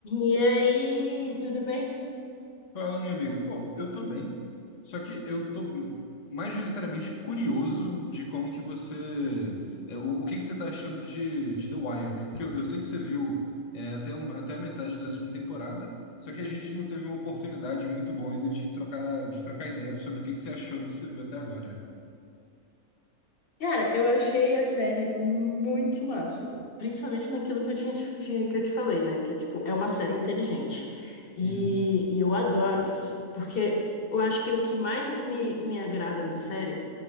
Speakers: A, on the left (about 50°); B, on the left (about 65°).
A: E aí, tudo bem?
B: Fala, minha amiga. Pô, eu tô bem, só que eu tô majoritariamente curioso de como que você... é, o, o que que você tá achando de, de The Wire, né? Porque eu, eu sei que você viu é, até, um- até a metade da segunda temporada, só que a gente não teve uma oportunidade muito boa ainda de trocar, de trocar ideias sobre o que que você achou do que você viu até agora.
A: Cara, eu achei a série muito massa, principalmente naquilo que eu tinha, te- tinha- que eu te falei, né? Que é tipo, é uma série inteligente. E,
B: Uhum.
A: e eu adoro isso, porque eu acho que o que mais me, me agrada na série